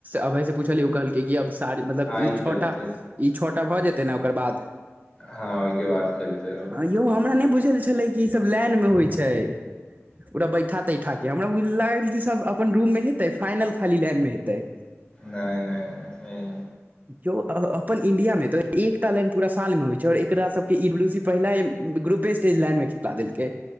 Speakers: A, on the right; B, on the left.
A: अभय से पूछलियै ओ कहलकै कि अब ताड़ी मतलब
B: आइ
A: ई छौ
B: खेलतै
A: टा ई छौटा भऽ जेतै न ओकर बाद
B: हँ ओहिके बाद खेलतै ओ
A: यौ हमरा नइ बुझल छलै कि ई सब लाइन मे होइ छै ओकरा बैठा तैठा के हमरा बुझ लागल कि सब अपन रूम मे हेतै फाइनल खाली लाइन मे हेतै
B: नहि नहि नहि नहि
A: केओ आ अह अपन इंडिया मे त एकटा लाइन पुरा साल मे होई छै और एकरा सब के ई डब्ल्यू सी पहिला ग्रुपे स्टेज लाइन मे दऽ देलकै